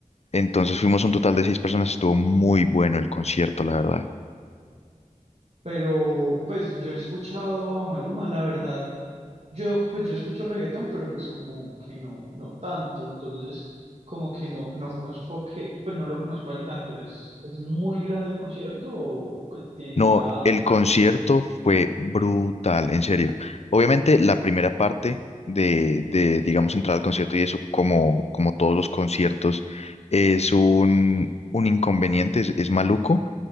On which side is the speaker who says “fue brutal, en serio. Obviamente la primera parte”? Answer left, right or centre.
Left